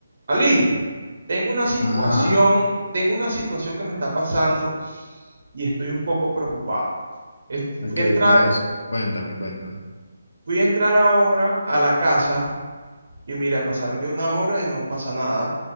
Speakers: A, on the right; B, on the left.
A: Ali, tengo una situación,
B: Ajá,
A: tengo una situación que me está pasando y estoy un poco preocupado. Es-
B: ok,
A: Fui a entrar,
B: vi eso. Cuéntame, cuéntame.
A: fui a entrar ahora a la casa y mira, pasaron ya una hora y no pasa nada.